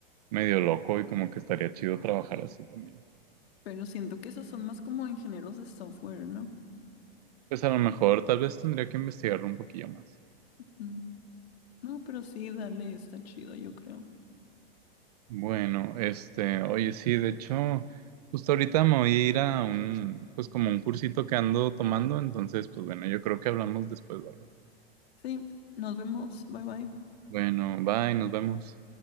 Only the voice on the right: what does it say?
medio loco y como que estaría chido trabajar así también.
Pues a lo mejor tal vez tendría que investigarlo un poquillo más.
Bueno, este, oye, sí, de hecho, justo ahorita me voy a ir a un, pues como un cursito que ando tomando, entonces, pues bueno, yo creo que hablamos después, Bárbara.
Bueno, bye, nos vemos.